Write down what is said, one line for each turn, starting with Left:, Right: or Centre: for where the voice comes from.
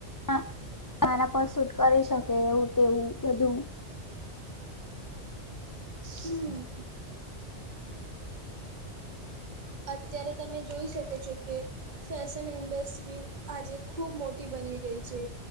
Left: <unintelligible> મારા પર સૂટ કરી શકે એવું તેવું બધું.
Right: <inaudible> હમ્મ. અત્યારે તમે જોઈ શકો છો કે ફેશન ઇન્ડશ્રી આજે ખુબ મોટી બની ગઈ છે.